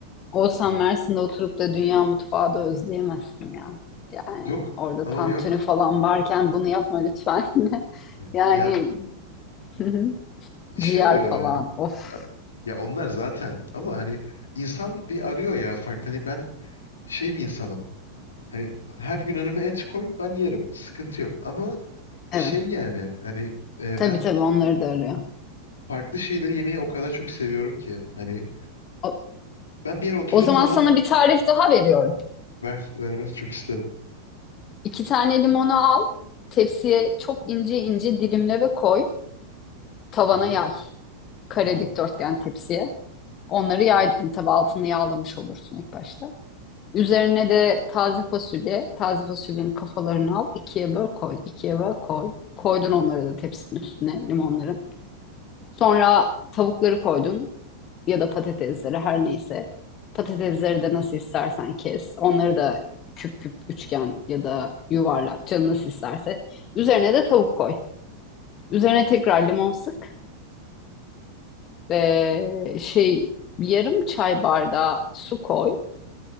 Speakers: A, on the left (about 30°); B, on the left (about 70°).
A: Olsan
B: Hani
A: Mersin'de oturup da dünya mutfağı da özleyemezsin ya. Yani
B: yok
A: orada
B: ama
A: tantuni
B: yok.
A: falan varken bunu yapma lütfen. <laughs>
B: Evet.
A: Yani
B: Ya
A: hı hı,
B: şey
A: ciğer
B: oluyor
A: falan.
B: ya.
A: Of.
B: Ya ya onlar zaten ama hani insan bir arıyor ya farklı. Hani ben şey bir insanım. Hani her gün önüme et koy ben yerim. Sıkıntı yok. Ama şey
A: Evet.
B: yani hani e,
A: Tabii
B: ben
A: tabii onları da arıyor.
B: farklı şeyleri yemeyi o kadar çok seviyorum ki. Hani
A: O,
B: ben bir yere oturduğum
A: o zaman
B: zaman
A: sana bir tarif daha veriyorum.
B: ver ver ver çok isterim.
A: İki tane limonu al. Tepsiye çok ince ince dilimle ve koy. Tavana
B: Tamam
A: yay. Kare
B: tamam.
A: dikdörtgen tepsiye. Onları
B: Hı
A: yaydın
B: hı.
A: tabii altını yağlamış olursun ilk başta. Üzerine de taze fasulye. Taze fasulyenin kafalarını al. ikiye böl koy. ikiye böl koy. Koydun onları da tepsinin üstüne limonların. Sonra tavukları koydun ya da patatesleri her neyse. Patatesleri de nasıl istersen kes. Onları da küp küp üçgen ya da yuvarlak canın nasıl isterse. Üzerine de tavuk koy. Üzerine tekrar limon sık ve şey yarım çay bardağı su koy.